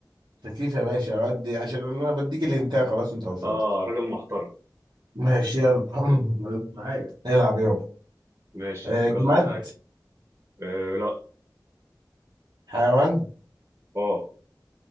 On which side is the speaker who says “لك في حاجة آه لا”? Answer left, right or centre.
Right